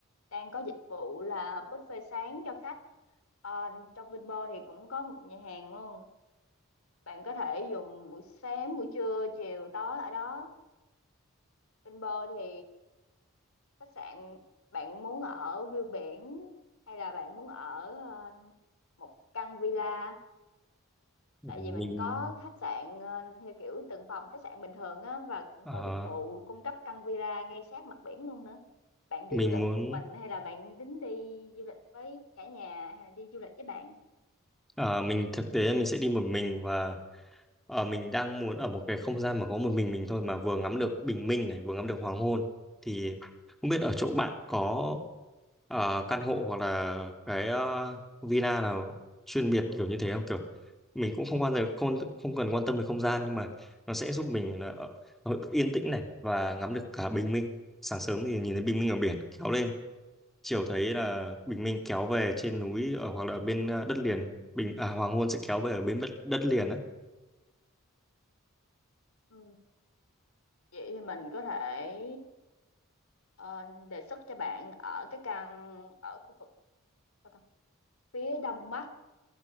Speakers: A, on the left; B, in the centre.
A: đang có dịch vụ là buffet sáng cho khách Ờ, trong Vinpearl thì cũng có một nhà hàng luôn Bạn có thể dùng buổi sáng, buổi trưa, chiều, tối ở đó. Bên bờ thì khách sạn bạn muốn ở view biển hay là bạn muốn ở ờ, một căn villa?
B: Ừ,
A: Tại
B: mình
A: vì mình có khách sạn ờ, theo kiểu từng phòng khách sạn bình thường á và cũng
B: ờ,
A: có dịch vụ cung cấp căn villa ngay sát mặt biển luôn nữa. Bạn đi
B: mình
A: du lịch
B: muốn
A: một mình hay là bạn tính đi du lịch với cả nhà hay là đi du lịch với bạn?
B: ờ, mình thực tế mình sẽ đi một mình và Ờ, mình đang muốn ở một cái không gian mà có một mình mình thôi mà vừa ngắm được bình minh này, vừa ngắm được hoàng hôn thì không biết ở chỗ bạn có ờ, căn hộ hoặc là cái ờ, villa nào chuyên biệt kiểu như thế không? Kiểu mình cũng không quan tâm không, không cần quan tâm về không gian nhưng mà nó sẽ giúp mình là ở- ở yên tĩnh này và ngắm được cả bình minh. Sáng sớm thì nhìn thấy bình minh ở biển kéo lên, chiều thấy là bình minh kéo về trên núi ở hoặc là ở bên ờ, đất liền, bình à, hoàng hôn sẽ kéo về ở bên đất, đất liền á.
A: Ừ. Vậy thì mình có thể ờ, đề xuất cho bạn ở cái căn ở khu vực Và cả phía đông bắc